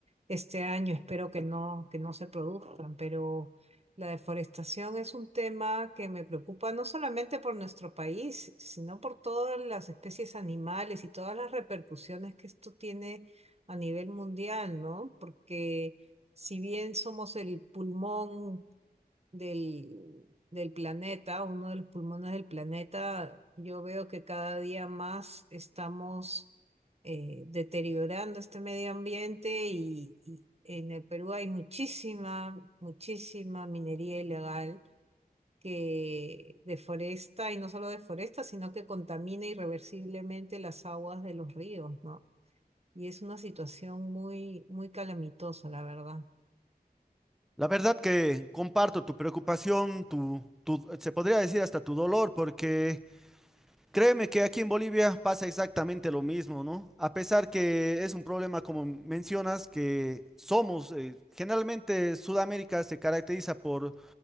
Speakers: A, on the right; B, in the centre.
A: Este año espero que no, que no se produzcan, pero la deforestación es un tema que me preocupa no solamente por nuestro país, sino por todas las especies animales y todas las repercusiones que esto tiene a nivel mundial, ¿no? Porque si bien somos el pulmón del, del planeta, uno de los pulmones del planeta, yo veo que cada día más estamos eh, deteriorando este medio ambiente y, y en el Perú hay muchísima, muchísima minería ilegal que deforesta y no solo deforesta, sino que contamina irreversiblemente las aguas de los ríos, ¿no? Y es una situación muy, muy calamitosa, la verdad.
B: La verdad que comparto tu preocupación, tu, tu, se podría decir hasta tu dolor, porque... Créeme que aquí en Bolivia pasa exactamente lo mismo, ¿no? A pesar que es un problema, como mencionas, que somos, eh, generalmente Sudamérica se caracteriza por